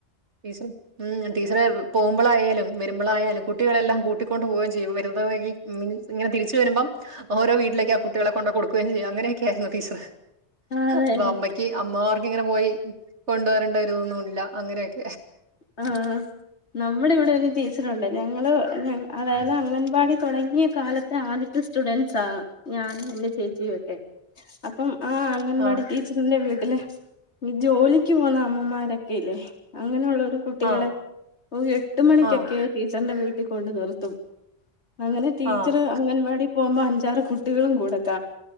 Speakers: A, on the right; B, on the left.
A: ടീച്ചറ് ആ ടിച്ചറ് പോമ്പളായാലും വരുമ്പോളായാലും കുട്ടികളെല്ലാം കൂട്ടിക്കൊണ്ട് പോവുകയും ചെയ്യും വെ ഇങ്ങനെ തിരിച്ച വരുമ്പം ഓരോ വീട്ടിലേക്ക് ആ കുട്ടികള കൊടുക്കുക ചെയ്യും അങ്ങനൊക്കെയയിരുന്നു ആ ടീച്ചർ
B: അതെല്ലേ
A: അപ്പൊ അമ്മയ്ക്ക് അമ്മമാർക്ക് ഇങ്ങനെ പോയി കൊണ്ടുവരേണ്ട ഒരുന്നുമല്ല അങ്ങനെയൊക്കെ
B: ആ നമ്മുടെ ഇവിടെ രു <unintelligible> ണ്ട് ഞങ്ങള് അതായത് അംഗൻവാടി തുടങ്ങിയ കാലത്ത് ആദ്യത്തെ സ്റ്റുഡൻസാ ഞാനും എൻ്റെ ചേച്ചിയുവെക്കെ അപ്പം ആ അംഗവാടി
A: ആ
B: ടീച്ചറിന്റെ വീ ഇജോലിക്ക് പോന്ന അമ്മമാരൊക്കെല്ലേ അങ്ങന ഒള്ളോര് കുട്ടികളെ
A: ആഹ്
B: ഓ എട്ട് മണിക്കൊക്കെ
A: ആഹ്
B: ടീച്ചറിന്റെ വീട്ട ട്ടിക്കൊണ്ട് നിർത്തും അങ്ങനെ ടീച്ചർ
A: ആഹ്
B: അംഗൻവാടി പോമ്പം അ <unintelligible> കുട്ടികളും കൂടെ